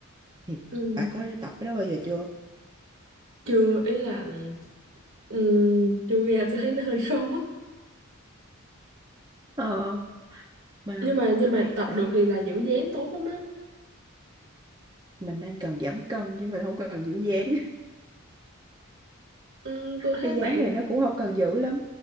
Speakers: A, on the right (about 20°); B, on the right (about 60°).
A: thì
B: Ừ
A: bạn có đi tập cái đó bao giờ chưa
B: chưa ý là Ừm, yoga tôi thấy nó hơi khó
A: ờ mà
B: nhưng mà nhưng
A: tôi
B: mà
A: nghe
B: tập
A: tại
B: được thì là giữ dáng tốt lắm á
A: mình đang cần giảm cân chứ mình không cần giữ dáng <laughs>
B: Ừm, tôi thấy
A: cái
B: bạn
A: dáng này nó cũng không cần giữ lắm